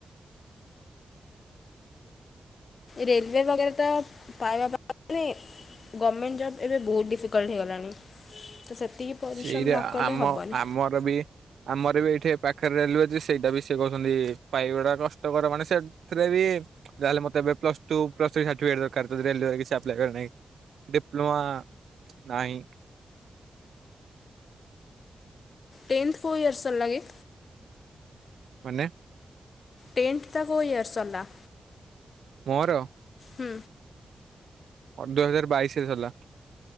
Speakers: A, on the left; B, on the right.
A: ରେଲ୍ ୱେ ବାଗେରା ତ ପାରା <inaudible> ଗମେଣ୍ଟ ଜବ୍ ଏବେ ବୋହୁତ ଡିଫିକଲ୍ଟ୍ ହେଇଗଲାଣି ତ ସେତିକି ପରିଶ୍ରମ
B: ସେଇରା
A: ନ କଲେ
B: ଆମ
A: ହେବନି
B: ଆମର ବି ଆମର ବି ଏଇଠି ପାଖରେ ରେଲୱେ ଅଛି ସେଇଟା ବି ସେଏ କହୁଛନ୍ତି ପାଇବା ଟା କଷ୍ଟକର ମାନେ ସେ ସେଥିରେ ବି ଯାହାହେଲେ ମତେ ଏବେ plus two, plus three certificate ଦରକାର ରେଲୱେ ରେ କିଛି ଆପ୍ଲାଏ କରିଆ ନାଗି। ଡିପ୍ଲୋମା ନାହିଁ।
A: ଟେନ୍ଥ କୋଉ ଇୟର୍ ସରିଲା କି
B: ମାନେ?
A: ଟେନ୍ଥ୍ ଟା କୋଉ ଇୟର ସରିଲା?
B: ମୋର?
A: ହୁଁ।
B: ଦୁଇ ହଜାର ବାଇଶି ରେ ସରିଲା।